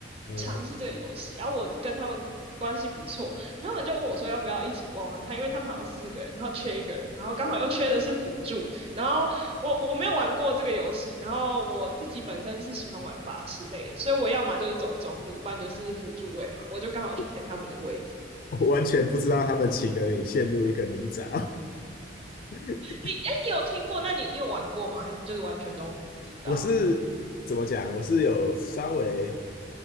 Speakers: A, on the left (about 50°); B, on the right (about 30°).
A: 呃，
B: 尝试这个游戏，然后我跟他们关系不错。他们就问我说要不要一起玩玩看，因为他们好像四个人，然后缺一个人，然后刚好又缺的是辅助，然后我我没有玩过这个游戏，然后我自己本身是喜欢玩法师类的，所以我要么就是走中路，不然就是辅助位嘛，我就刚好去填他们的位置。
A: 我我完全不知道他们请了你陷入一个泥沼。<laughs>
B: 你哎，你有听过？那你你有玩过吗？还是就是完全都不知道？
A: 我是怎么讲？我是有稍微